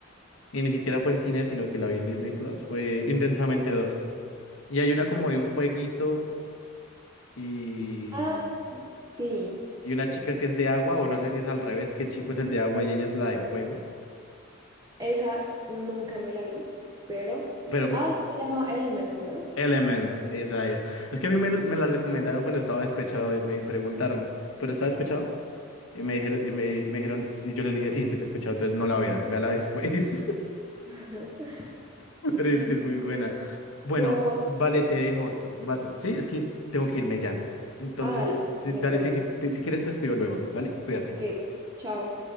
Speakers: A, on the left; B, on the right.
A: Y ni siquiera fue en cine, sino que la vi en Disney Plus. Fue Intensamente dos. Y hay una como de un fueguito y.
B: Ah, sí,
A: y una chica que es de agua, o no sé si es al revés, que el chico es el de agua y ella es la de fuego,
B: esa nunca me la vi, pero...
A: pero
B: Ah,
A: bu-
B: se llama Elements, ¿no?
A: Elements, esa es. Es que a mí me, me la recomendaron cuando estaba despechado y me preguntaron, ¿pero está despechado? Y me dijeron, y me, me dijeron, y yo les dije, sí, estoy despechado, entonces no la vea, véala después,
B: <laughs>
A: <laughs> pero
B: Sí,
A: es que es muy buena. Bueno,
B: yo...
A: vale, te dejo, so- va- sí, es que tengo que irme ya. Entonces,
B: Ah, dale,
A: sí,
B: no
A: dale,
B: hay problema.
A: si, si quieres te escribo luego, ¿vale? Cuídate.
B: Ok, chao.